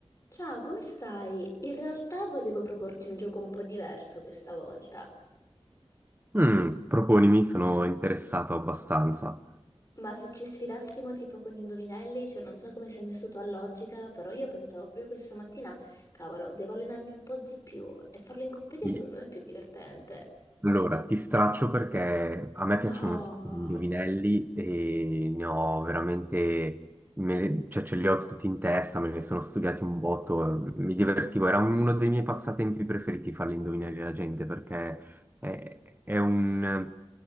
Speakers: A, on the left; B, on the right.
A: Ciao, come stai? In realtà volevo proporti un gioco un po' diverso questa volta,
B: Mm, proponimi, sono interessato abbastanza.
A: ma se ci sfidassimo tipo con gli indovinelli, cioè non so come sei messo tu a logica, però io pensavo proprio questa mattina, cavolo, devo allenarmi un po' di più e farlo in compagnia
B: Sì.
A: secondo me è più divertente.
B: Allora, ti straccio perché a me
A: No,
B: piacciono un sacco di indovinelli e ne ho veramente, me- cioè ce li ho tutti in testa, me ne sono studiati un botto, eh, mi divertivo, era uno dei miei passatempi preferiti fare gli indovinelli alla gente perché è, è un,